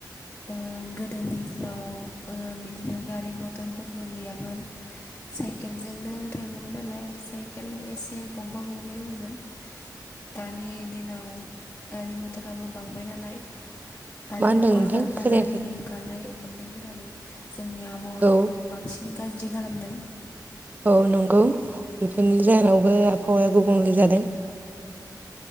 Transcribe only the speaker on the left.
ओ गोदोनि दिनाव ओ बिदिनो गारि मथरफोरबो गैयामोन साइकेलजोंनो थाङोमोन नालाय साइकेल एसे गंफा गंनै दङ'मोन दानि दिनाव गारि मथराबो बांबाय नालाय आरो
कलकारखानानि
ओंखारनाय <unintelligible> जोंनि आ
बांसिन गाज्रि खालामदों